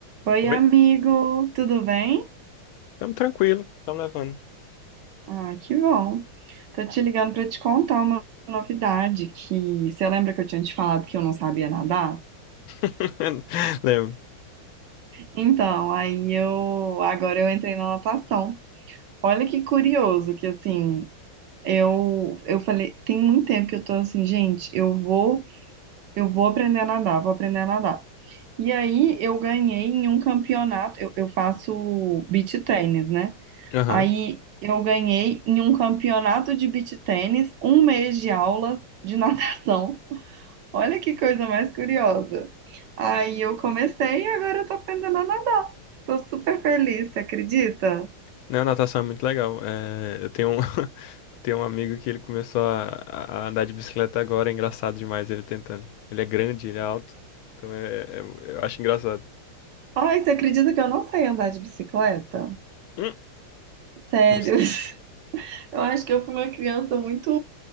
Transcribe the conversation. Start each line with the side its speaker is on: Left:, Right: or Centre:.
Right: Oi,
Left: Oi?
Right: amigo, tudo bem?
Left: Tamo tranquilo, tamo levando.
Right: Ah, que bom. Tô te ligando pra te contar uma novidade que você lembra que eu tinha te falado que eu não sabia nadar?
Left: <laughs> Lembro.
Right: Então, aí eu agora eu entrei na natação. Olha que curioso que assim, eu eu falei, tem muito tempo que eu tô assim, gente, eu vou eu vou aprender a nadar, vou aprender a nadar. E aí eu ganhei em um campeonato, eu, eu faço beach tennis, né?
Left: Aham.
Right: Aí eu ganhei em um campeonato de beach tênis, um mês de aulas de <laughs> natação. Olha que coisa mais curiosa. Aí eu comecei e agora eu tô aprendendo a nadar. Tô super feliz, você acredita?
Left: Não, natação é muito legal. É, eu tenho um, <laughs> tenho um amigo que ele começou a, a andar de bicicleta agora, é engraçado demais ele tentando. Ele é grande, ele é alto, então é, é- eu acho engraçado.
Right: Ai, você acredita que eu não sei andar de bicicleta?
Left: Hum,
Right: Sério.
Left: Nossa.
Right: <laughs> Eu acho que eu fui uma criança muito,